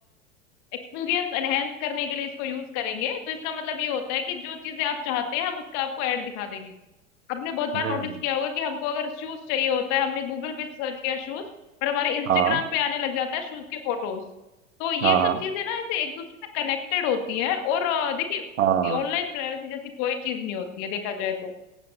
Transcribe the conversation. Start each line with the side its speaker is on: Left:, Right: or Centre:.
Left: एक्सपीरियंस एनहेंस करने के लिए इसको यूज करेंगे तो इसका मतलब ये होता है कि जो चीजें आप चाहते हैं हम उसका आपको ऐड दिखा देंगे आपने बहुत बार
Right: हम्म
Left: नोटिस
Right: हम्म
Left: किया होगा कि हमको अगर शूज चाहिए होता है हमने गूगल पे सर्च किया शूज पर हमारे इंस्टाग्राम
Right: हाँ
Left: पे आने लग जाता है शूज के फोटोज तो ये
Right: हाँ
Left: सब
Right: हाँ
Left: चीजें ना ऐसे एक दूसरे से कनेक्टेड होती हैं और अ, देखिए
Right: हाँ
Left: ऑनलाइन प्राइवेसी जैसी कोई चीज नहीं होती है देखा जाए तो